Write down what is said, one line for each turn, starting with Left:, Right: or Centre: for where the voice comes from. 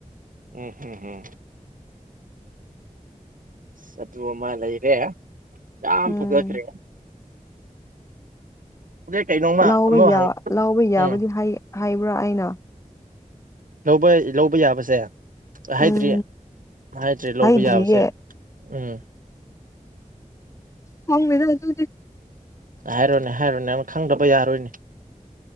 Right: ꯎꯝ ꯍꯝ ꯎꯝ ꯁ ꯑꯗꯨ ꯑꯃ ꯂꯩꯔꯦ ꯌꯥꯝ
Left: ꯎꯝ
Right: ꯐꯖꯈ꯭ꯔꯦ ꯑꯗꯩ ꯀꯩꯅꯣꯝꯃ
Left: ꯂꯥꯎꯕ
Right: ꯑꯃ
Left: ꯌꯥ
Right: ꯍꯪ
Left: ꯂꯥꯎꯕ ꯌꯥꯕꯗꯤ
Right: ꯎꯝ
Left: ꯍꯥꯏꯕ꯭ꯔꯥ ꯑꯩꯅ
Right: ꯂꯧꯕ ꯂꯧꯕ ꯌꯥꯕꯁꯦ ꯍꯥꯏꯗ꯭ꯔꯤ
Left: ꯎꯝ
Right: ꯍꯥꯏꯗ꯭ꯔꯤ ꯂꯧꯕ
Left: ꯍꯩꯗ꯭ꯔꯤꯌꯦ
Right: ꯌꯥꯕꯁꯦ ꯎꯝ
Left: ꯍ ꯃꯗ ꯑꯗꯨ
Right: ꯍꯥꯏꯔꯣꯅꯦ ꯍꯥꯏꯔꯣꯅꯦ ꯑꯗꯨꯅ ꯈꯪꯗꯕ ꯌꯥꯔꯣꯏꯅꯦ